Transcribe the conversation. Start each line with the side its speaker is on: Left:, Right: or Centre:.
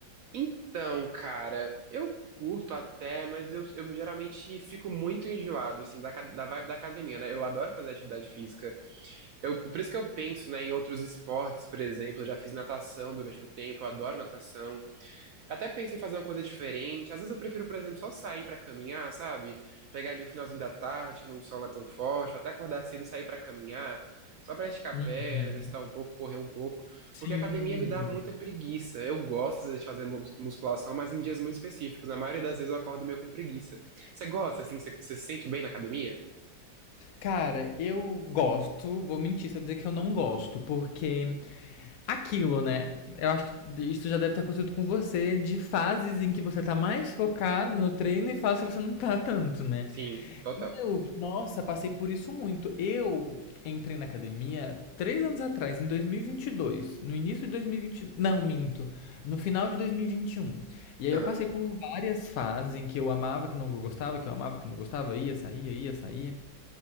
Right: então, cara, eu curto até, mas eu, eu geralmente fico muito enjoado, assim, da, ca- da vibe da academia, né? Eu adoro fazer atividade física. Eu, por isso que eu penso, né, em outros esportes, por exemplo. Eu já fiz natação durante um tempo, eu adoro natação. Até penso em fazer uma coisa diferente. Às vezes eu prefiro, por exemplo, só sair pra caminhar, sabe? Pegar ali o finalzinho da tarde, que não, o sol não é tão forte, ou até acordar cedo e sair pra caminhar, só pra esticar a
Left: Uhum.
Right: perna, exercitar um pouco, correr um pouco,
Left: Sim.
Right: porque a academia me dá muita preguiça. Eu gosto, às vezes, de fazer mus- musculação, mas em dias muito específicos. Na maioria das vezes eu acordo meio com preguiça. Você gosta, assim? Você, você se sente bem na academia?
Left: Cara, eu gosto, vou mentir se eu dizer que eu não gosto, porque aquilo, né? Eu acho que isso já deve ter acontecido com você, de fases em que você tá mais focado no treino e fases que você não tá tanto, né?
Right: Sim, total.
Left: Eu, nossa, passei por isso muito. Eu entrei na academia três anos atrás, em 2022. No início de 2020. Não, minto. No final de 2021. E vinte e um. E aí
Right: Aham,
Left: eu passei por várias fases em que eu amava, que não gostava, que eu amava, que não gostava, ia, saía, ia, saía.